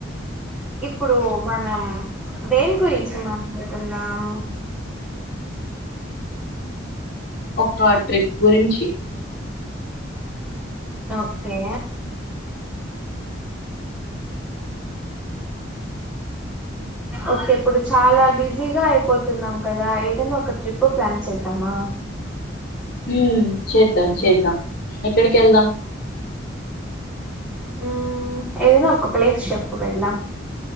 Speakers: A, in the centre; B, on the left (about 50°).
A: ఇప్పుడు మనం దేని గురించి మాట్లాడుకుందాం
B: ఒక ట్రిప్ గురించి
A: ఓకే ఓకే ఇప్పుడు చాలా బిజీగా అయిపోతున్నాం కదా ఏదైనా ఒక ట్రిప్ ప్లాన్ చేద్దామా
B: మ్ చేద్దాం చేద్దాం ఎక్కడికి వెళ్దాం
A: మ్ ఏదైనా ఒక ప్లేస్ చెప్పు వెళ్దాం